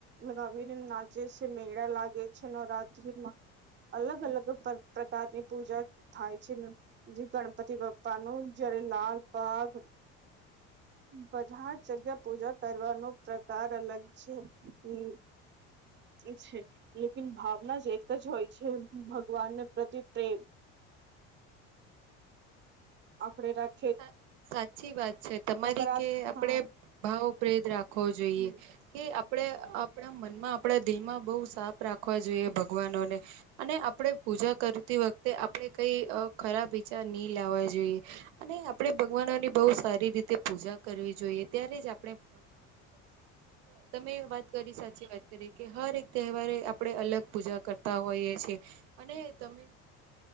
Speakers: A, on the right (about 35°); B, on the right (about 80°).
A: લગાવીને નાચે છે. મેળા લાગે છે નવરાત્રિમાં અલગ અલગ પર પ્રકારની પૂજા થાય છે ને. જે ગણપતિ બાપા નું જયારે લાલબાગ બધા જગ્યા પૂજા કરવાનો પ્રકાર અલગ છે હમમ. છે. લેકિન ભાવના જ એક જ હોય છે ભગવાનને પ્રતિ પ્રેમ. આપણે રાખ
B: અ સાચી વાત છે તમારી
A: નકારાત્
B: કે આપણેે
A: હા
B: ભાવ પ્રેત રાખવો જોઈએ.
A: કેટલું
B: કે આપણે આપણા મનમાં આપણા દિલમાં બો સાફ રાખવા જોઈએ ભગવાનોને અને આપણે પૂજા કરતી વખતે આપણે કઈ અ ખરાબ વિચાર ની લાવવા જોઈએ. અને આપણે ભગવાનો ની બો સારી રીતે પૂજા કરવી જોઈએ ત્યારે જ આપણે થતું હોય છે. તમે વાત કરી સાચી વાત. તકે હર એક તહેવારે આપણે અલગ પૂજા કરતા હોઈએ છીએ અને તમે